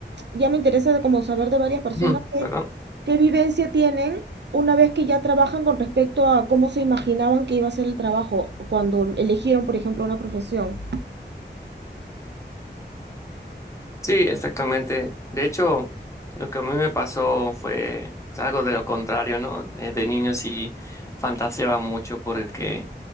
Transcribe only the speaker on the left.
Ujú,
¿Perdón?
Sí, exactamente. De hecho, lo que a mí me pasó fue pues, algo de lo contrario, ¿no? Eh, De niño sí fantaseaba mucho porque